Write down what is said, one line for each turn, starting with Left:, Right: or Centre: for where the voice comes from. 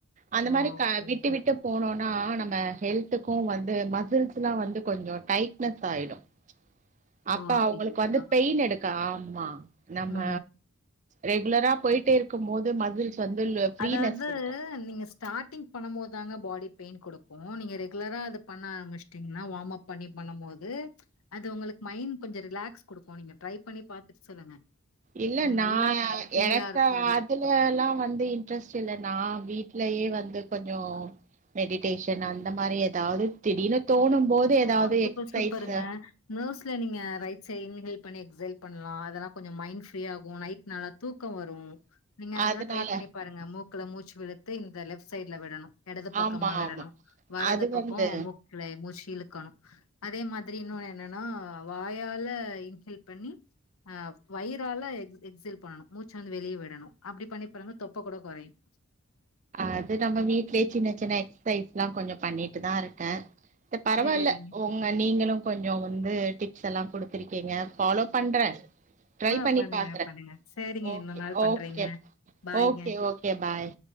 Right: அந்த
Left: ஓ
Right: மாதிரி
Left: ஓகே
Right: விட்டு
Left: ஓகே
Right: விட்டு போனோம்னா நம்ம ஹெல்த்துக்கும் வந்து ம எல்லாம் வந்து கொஞ்சம் டைட்னஸ் ஆயிடும் அப்ப
Left: ஓ அப்டிங்களா
Right: அவங்களுக்கு வந்து பெயின் எடுக்க ஆ ஆமா நம்ம
Left: ம்
Right: ரெகுலரா போயிட்டே இருக்கும் போது மஜுல்ஸ் வந்து இந்த ஃபிரீனஸ்
Left: அதாவது
Right: குடுக்கு
Left: நீங்க ஸ்டார்ட்டிங் பண்ணும் போது தாங்க பாடி பெயின் கொடுக்கும் நீங்க ரெகுலரா அது பண்ண ஆரம்பிச்சட்டீங்கன்னா வார்ம்ப் பண்ணி பண்ணும் போது அது உங்களுக்கு மைண்ட் கொஞ்சம் ரிலாக்ஸ் கொடுக்கும் நீங்க டரை பண்ணி பாத்துட்டு சொல்லுங்க
Right: இல்ல
Left: கொஞ்சோ
Right: நான்
Left: நல்லா மைண்ட் ஃப்ரீயா
Right: எனக்
Left: இருக்கு ரிலாக்ஸ்
Right: அதுலல்லாம்
Left: குடுக்கு
Right: வந்து இண் ட்ரஸ்ட் இல்ன்னா வீட்லயே வந்து கொஞ்சம் மெடிடேஷன் அந்த மாரி ஏதாவது திடீர்னு தோணும் போது ஏதாவது
Left: ஓ சூப்பர்
Right: எக்சசைஸ்
Left: சூப்பருங்க நர்வ்ஸ்ல நீங்க ரைட் சைட் இன்ஹேல் பண்ணி எக்ஸேல் பண்ணலாம் அதெல்லாம் கொஞ்சம் மைண்ட் ஃப்ரீ ஆகும் நைட் நல்லா தூ தூக்கம் வரும் நீங்க அதெல்லாம்
Right: அதனால
Left: ட்ரை பண்ணி பாருங்க மூ க்ல மூச்சு விழுத்து இந்த லெஃப்ட் சைட்ல விடணும் இடது பக்கமா
Right: ஆமா
Left: விடணும்
Right: ஆமா
Left: வடது
Right: அது
Left: பக்கம்
Right: வந்து
Left: க்கு மூக்குல முச்ச இழுக்கணும் அதே மாதிரி இன்னொன்னு என்னன்னா வாயால இன்ஹல் பண்ணி அஹ் வயராாலக் எக்ஸேல் பண்ணணும் மூச்ச வந்து வெளியே விடணும் அப்படி பண்ணி பிறந்த தொப்ப கூட குறையும்
Right: அது நம்ம வீட்லயே சின்ன சின்ன எக்சசைஸ் எல்லாம் கொஞ்சம் பண்ணிட்டு தான் இருக்கேன் பரவாயில்ல
Left: சேரிங்க
Right: உங்க நீங்களும் கொஞ்சம் வந்து டிப்ஸ் எல்லாம் கொடுத்துருக்கீங்க ஃபாலோ பண்றேன் ட்ரை
Left: ஆ
Right: பண்ணி
Left: பண்ணுங்க
Right: பாக்றேன்
Left: பண்ணுங்க சேரிங்க
Right: ஓகே,
Left: இன்னொரு நாள் பண்றேங்க
Right: ஓகே,
Left: பாய்ங்க
Right: ஒகே ஓகே பாய்.